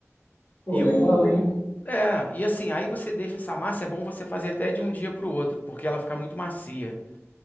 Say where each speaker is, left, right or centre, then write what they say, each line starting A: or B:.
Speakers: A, on the left; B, on the left.
A: Pô,
B: E
A: legal,
B: o
A: hein?
B: é, e assim, aí você deixa essa massa, é bom você fazer até de um dia para o outro, porque ela fica muito macia.